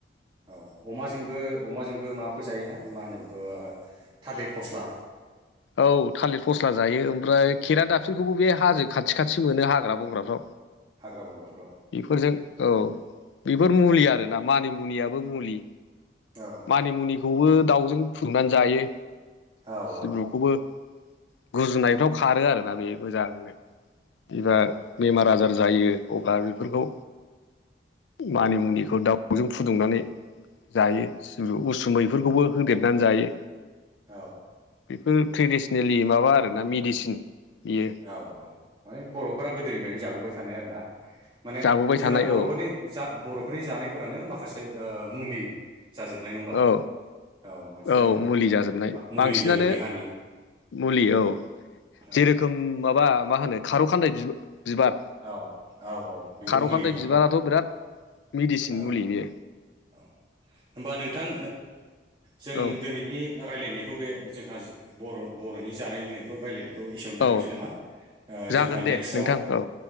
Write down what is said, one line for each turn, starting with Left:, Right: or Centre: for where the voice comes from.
Right: औ अमाजोंबो अमाजोंबो माबा जायोना मा होनो बेखौ थालिर फस्ला।
Left: औ थालिर फस्ला जायो ओमफ्राय
Right: औ
Left: खेरा दाफिनिखौबो बे हाजो खाथि खाथि मोनो हाग्रा बंग्राफ्राव।
Right: हाग्रा बंग्रा।
Left: बेफोरजों औ बेफोर मुलि आरोना मानि मुनियाबो मुलि।
Right: औ औ
Left: मानि मुनिखौबो दाउजों फुदुंनानै जायो।
Right: औ औ
Left: सिब्रुखौबो गुजुनायफ्राव खारो आरोना। बे मोजांनो जेब्ला बेमार आजार जायो अब्ला बेफोरखौ मानि मुनिखौ दाउजों फुदुंनानै जायो उसुमैफोरखौबो होदेरनानै जायो।
Right: औ
Left: बेफोर ट्रेडिसनेलि माबा आरोना मेडिसिन। बियो
Right: औ औ माने बर'फोरा गोदोनिफ्रायनो जाबोबाय थानाय आरोना। माने
Left: जाबोबाय
Right: जोंना
Left: थानाय
Right: बर'फोरनि
Left: औ
Right: जा बर'फोरनि जानायफोरानो माखासे आ मुलि। जाजोबनाय नङा होनबा
Left: औ
Right: औ मोनसे
Left: औ मुलि जाजोबनाय
Right: मुलि
Left: बांसिनानो
Right: जायो देहानि
Left: मुलि औ
Right: औ
Left: जेरो रोखोम माबा मा होनो खार' खान्दाय बि बिबार
Right: औ औ औ बेबो
Left: खार'
Right: मुलि
Left: खान्दाइ
Right: नङा होमबा
Left: बिबाराथ' बिराद मेडिसिन
Right: औ
Left: मुलि
Right: औ
Left: बेयो।
Right: औ होमबा नोंथां जों
Left: औ
Right: दिनैनि रायलायनायखौ बे जोंहा बर' बर'नि जानाय लोंनायखौ रायलायनायखौ इसेयावनो दोनथ'नोसै
Left: औ
Right: नामा
Left: जागोन
Right: जोंहा
Left: दे
Right: नेक्स्टआव
Left: नोंथां औ